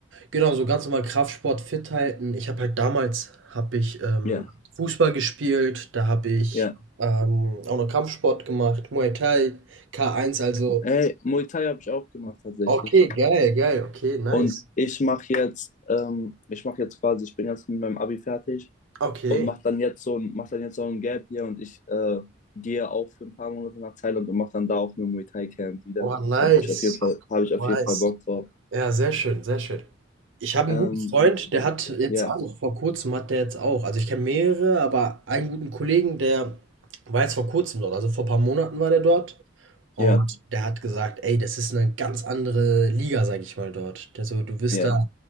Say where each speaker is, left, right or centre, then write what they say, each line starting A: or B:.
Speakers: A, on the right (about 75°); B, on the left (about 40°).
A: Genau, so ganz normal Kraftsport, fit halten. Ich habe halt damals, habe ich ähm,
B: Ja,
A: Fußball gespielt, da habe ich
B: ja.
A: ähm, auch noch Kampfsport gemacht, Muay Thai, K1, also
B: Hey, Muay Thai habe ich auch gemacht tatsächlich.
A: okay, geil, geil, okay, nice.
B: Und ich mache jetzt, ähm, ich mache jetzt quasi, ich bin jetzt mit meinem Abi fertig
A: Okay.
B: und mache dann jetzt so ein, mach dann jetzt so ein Gap hier und ich äh, gehe auch für ein paar Monate nach Thailand und mache dann da auch nur Muay Thai Camp wieder.
A: Boah, nice,
B: Habe ich auf jeden Fall, habe ich auf
A: nice.
B: jeden Fall Bock drauf.
A: Ja, sehr schön, sehr schön. Ich habe
B: Ähm,
A: einen guten Freund, der hat jetzt
B: ja,
A: auch, vor kurzem hat der jetzt auch, also ich kenne mehrere, aber einen guten Kollegen, der war jetzt vor kurzem dort, also vor ein paar Monaten war der dort und
B: ja,
A: der hat gesagt, ey, das ist eine ganz andere Liga, sag ich mal, dort. Der so, du wirst
B: ja.
A: da